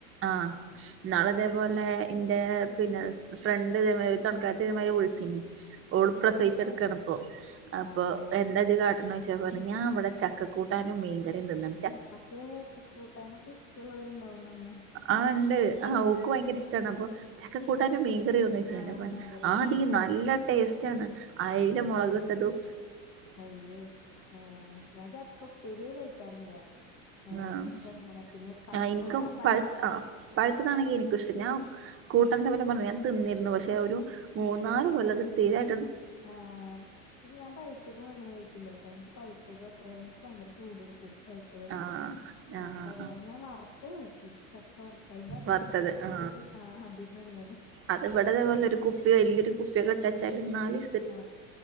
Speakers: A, on the right (about 30°); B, on the left (about 40°).
A: ആഹ് ഇന്നാൾ അതേപോലെ ഇൻ്റെ പിന്നെ ഫ്രണ്ട് ഇതേമാതി തൊണക്കാർത്തി ഇതേമാതിരി വിളിച്ചിനി ഓൾ
B: ആഹ്
A: പ്രസവിച്ചെടുക്കണിപ്പൊ അപ്പൊ
B: ആഹ് ആഹ്
A: എന്താ ജ്ജ് കാട്ട ചോയ്ചപോ പറയണ് ഞാ ഇവിടെ ചക്കകൂട്ടാനും മീൻകറിം തിന്നണ്
B: പക്ഷേ ചക്ക കൂട്ടാനൊക്കെ ഇഷ്ടള്ളോരുണ്ടാവും നന്നാ
A: ആ ണ്ട് ആ ഓക്ക് ഭയങ്കര ഇഷ്ടാണ് അപ്പൊ ചക്കക്കൂട്ടാനും മീൻകറിയോന്ന് ചോയ്ച്ച് ഞാൻ
B: ആഹ്
A: അപ്പൊ പറഞ്ഞ്
B: മീൻകറി
A: ആടി
B: ഓൾറ്
A: നല്ല ടേസ്റ്റ് ആണ് അയില മുളകു ഇട്ടതും
B: അയ്യേ ആ ഞാൻ ചക്ക ഉപ്പേരിയെ കഴിക്കാറില്ല ആ
A: ആഹ്
B: എനിക്കങ്ങനെ പിന്നെ പഴുത്തതാ
A: ആ എനിക്കും
B: പഴ്
A: പഴുത്ത ആ പഴുത്തതാണെങ്കി എനിക്കും ഇഷ്ട. ഞാ കൂട്ടന്റെ പറഞ്ഞ പോലെ ഞാൻ തിന്നിരുന്നു പക്ഷെ ഓ മൂന്നാല് കൊല്ലം അത് സ്ഥിരായിട്ട്
B: ആ പക്ഷെ ഞാൻ പഴത്തതും അങ്ങനെ കഴിക്കൂലട്ടോ എനിക്ക് പഴുത്തതും അ അത്ര എനിക്ക് ഭയങ്കര ചൂടെടുക്കും പഴുത്ത കഴിച്ചാ
A: ആ ആ
B: അപ്പൊ അത്
A: ആ
B: കാരണം ഞാൻ വറുത്ത് കഴിക്കും ചക്ക വറുത്ത. അതിന്റെ അഡിക്റ്റ്
A: വറുത്തത്
B: ആണ് അതിന്റെ
A: ആ
B: ഒരു അടിമേണ് ഞാൻ
A: അത് ഇവിടേദേപോലെ ഒരു കുപ്പിയോ വലിയൊരു കുപ്പിയക്കെട്ടച്ചാല് നാലീ
B: ആ